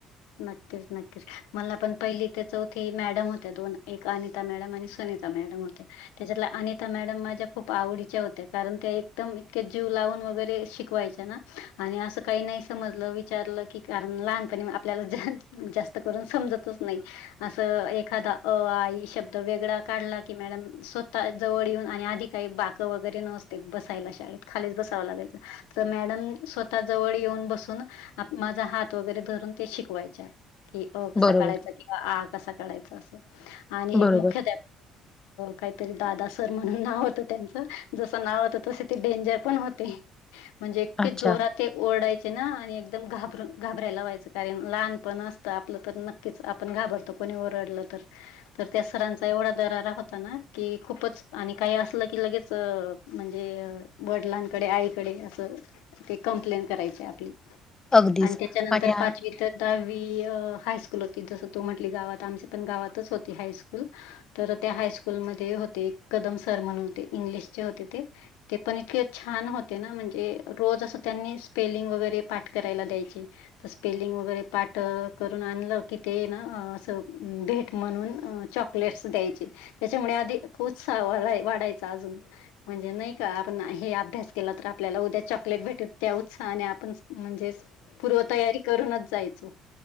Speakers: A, on the left; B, on the left.
A: नक्कीच-नक्कीच मला पण पहिली ते चौथी मॅडम होत्या दोन एक आणि ता मॅडम आणि सुनीिता मॅडम होत्या त्याच्याला अनिता मॅडम माझ्या खूप आवडीच्या होत्या कारण त्या एकदम इतक्या जीव लावून वगैरे शिकवायच्या ना आणि असं काही नाही समज विचारलं की कारण लहानपणी आपल्याला जास्त करून समजतच नाही असं एखादा अ आई शब्द वेगळा काढला की मॅडम स्वतः जवळ येऊन आणि आधी काही बाक वगैरे नसते बसायला शाळेत खालीच बसावं लागायचं. तर मॅडम स्वतः जवळ येऊन बसून माझा हात वगैरे धरून ते शिकवायच्या कि अ कसा
B: बरोबर
A: काळायच कसा कढायच अस, आणि
B: बरोबर
A: एक मुख काहीतरी दादा सर म्हणून नाव होतं त्यांच जस नाव होत तस ते डेंजर पण होते म्हणजे
B: अच्छा
A: इे जोरात ते ओरडायचे ना आणि एकदम घाबरून घाबरायला व्हायचं कारण लहान पण असतं आपलं तर नक्कीच आपण घाबरतो कोणी ओरडलं तर तर त्या सरांचा एवढा दरारा होता ना कि खूपच आणि काही असलं की लगेच म्हणजे वडिलांकडे आईकडे असं ते कंप्लेन करायचे आपली
B: अगदीच
A: आणि त्याच्यानंतर
B: आणि
A: पाचवी तर दहावी हायस्कूल होती जसं तू म्हटली गावात आमच्या पण गावातच होती हायस्कूल तर त्या हायस्कूलमध्ये होते कदम सर म्हणूनते इंग्लिशचे होते ते ते पण इतके छान होते ना म्हणजे रोज असं त्यांनी स्पेलिंग वगैरे पाठ करायला द्यायची. तर स्पेलिंग वगैरे पाठ करून आणलं की ते ना असं भेट म्हणून चॉक चॉकलेट्स द्यायची त्याच्यामुळे आधी खू वाढायचा अजून म्हणजे नाही का आपण हे अभ्यास केला तर आपल्याला उद्या चॉकलेट भेटू त्या उत्साह आणि आपण म्हणजेच पूर्वतयारी करूनच जायचो.